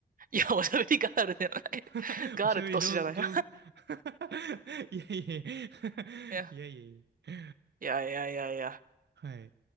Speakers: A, on the right; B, on the right.
A: いや、おしゃべりガールではない。
B: <laughs>
A: ガールって年じゃない。
B: おしゃべり上手、上手。
A: <laughs> い
B: <laughs> いやいやいや。
A: や、
B: <laughs> いやいやいや。
A: いやいやいやいや。
B: はい。